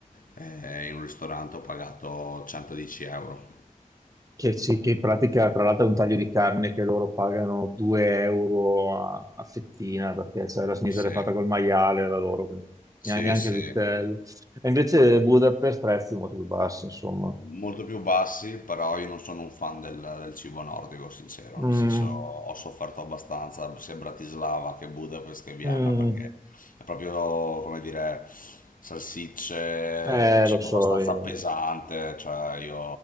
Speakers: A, on the left (about 85°); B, on the right (about 25°).
A: eh, in un ristorante ho pagato 110 euro.
B: Che, sì, che in pratica, tra l'altro, è un taglio di carne che loro pagano 2 euro a, a fettina perché cioè, la sinistra
A: Sì,
B: è fatta col maiale da loro, quindi
A: sì,
B: neanche neanche
A: sì.
B: il vitello. E invece Budapest prezzi molto più bassi, insomma.
A: molto più bassi, però io non sono un fan del, del cibo nordico, sincero,
B: Mm,
A: nel senso ho sofferto abbastanza sia a Bratislava che Budapest che Vienna,
B: mm,
A: perché è proprio, come dire, salsicce,
B: eh,
A: cibo
B: lo so,
A: abbastanza
B: eh,
A: pesante, cioè io